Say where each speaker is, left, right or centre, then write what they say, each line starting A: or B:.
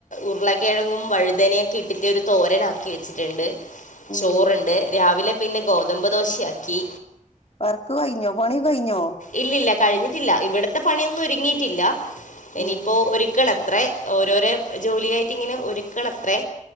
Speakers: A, on the left; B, on the left.
A: ഉരുളക്കിഴങ്ങും വഴുതനയൊക്കെ ഇട്ടിട്ട് ഒരു തോരനാക്കി വെച്ചിട്ടുണ്ട്
B: ഉം
A: ചോറണ്ട് രാവിലെ പിന്നെ ഗോതമ്പ് ദോശയാക്കി
B: വർക്ക് കഴിഞ്ഞൊ പണി കഴിഞ്ഞോ
A: ഇല്ലില്ല കഴിഞ്ഞിട്ടില്ല ഇവിടത്തെ പണിയൊന്നും ഒരുങ്ങിയിട്ടില്ല ഇനിയിപ്പോ
B: ഉം
A: ഒരുക്കണം അത്രേ ഓരോരോ ജോലിയായിട്ടിങ്ങനെ ഒരുക്കണത്രേ